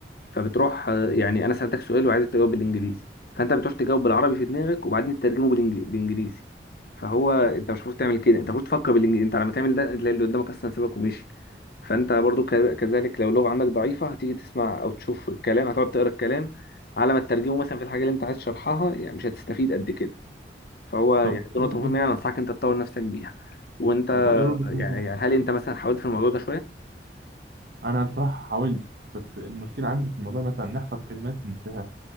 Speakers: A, on the left; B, on the right.
A: فبتروح آه، يعني انا سالتك سؤال وعايز تجاوب بالانجليزي فانت بتروح تجاوب بالعربي في دماغك وبعدين تترجمه بالإنج- بالانجليزي فهو انت
B: صح
A: مش المفروض تعمل كده انت المفروض تفكر بالانجليزي انت لما تعمل ده تلاقي اللي قدامك اصلا سابك ومشي فانت برضو ك- كذلك لو اللغه عندك ضعيفه هتيجي تسمع او تشوف الكلام هتقعد تقرا الكلام على ما تترجمه مثلا في الحاجه اللي انت عايز تشرحها يعني مش هتستفيد قد كده فهو يعني
B: طب
A: دي
B: ايه
A: نقطه
B: وجهه
A: مهمه يعني انصحك انت تطور نفسك بيها وانت
B: آه، طب ايه وجهه
A: يعني
B: نظرك
A: يعني هل انت مثلا حاولت في الموضوع ده
B: انا بصراحه حاولت بس المشكله عندي في الموضوع مثلا ان احفظ كلمات ننساها